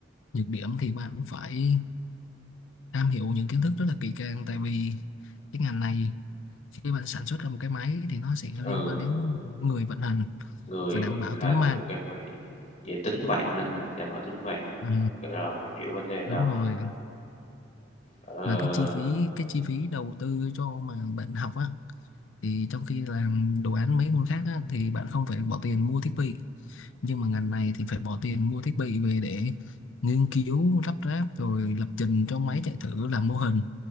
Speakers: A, on the left; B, on the left.
A: nhược điểm thì bạn cũng phải am hiểu những kiến thức rất là kỹ càng tại vì cái ngành này khi bạn sản xuất ra một cái máy thì nó sẽ
B: ừ,
A: liên quan đến người vận hành
B: người
A: phải đảm
B: vận
A: bảo
B: hành
A: tính mạng
B: của cái máy về tính mạng nữa hả? Đảm bảo tính mạng,
A: ừ,
B: ok, rồi mình hiểu vấn đề đó.
A: đúng rồi
B: Ờ,
A: mà cái chi phí cái chi phí đầu tư cho mà bạn học á thì trong khi làm đồ án mấy môn khác á, thì bạn không phải bỏ tiền mua thiết bị nhưng mà ngành này thì phải bỏ tiền mua thiết bị về để nghiên cứu lắp ráp rồi lập trình cho máy chạy thử làm mô hình